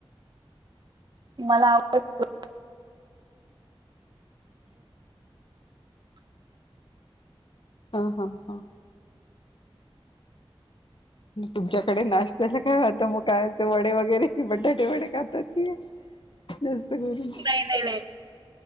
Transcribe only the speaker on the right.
मला आवडत
नाही नाही नाही.